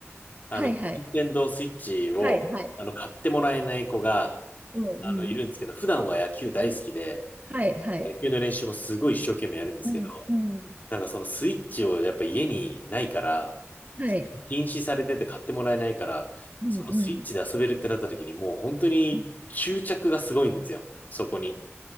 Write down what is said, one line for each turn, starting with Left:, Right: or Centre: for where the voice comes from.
Left: あの、
Right: はい、はい、
Left: 任天堂スイッチを、
Right: はい、はい、
Left: あの、買ってもらえない子が、
Right: うん、
Left: あの、いるんですけど、
Right: うん、
Left: 普段は野球大好きで、
Right: はい、はい、
Left: 野球の練習もすごい一生懸命やるんですけど、
Right: うん、うん、
Left: なんかそのスイッチをやっぱ家にないから、
Right: はい、
Left: 禁止されてて買ってもらえないから、
Right: うん、
Left: そのスイッチで遊べるってなった時にもう本当に執着がすごいんですよ、
Right: うん。うん
Left: そこに。